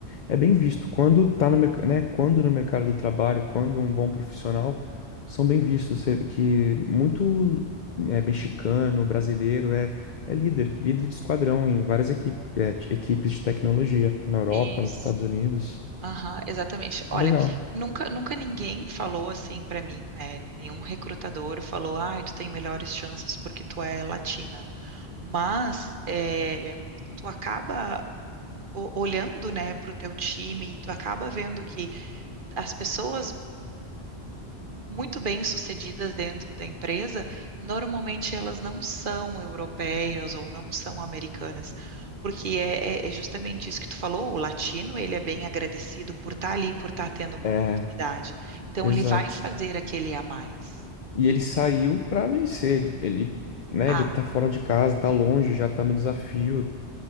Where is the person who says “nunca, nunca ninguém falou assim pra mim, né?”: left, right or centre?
Right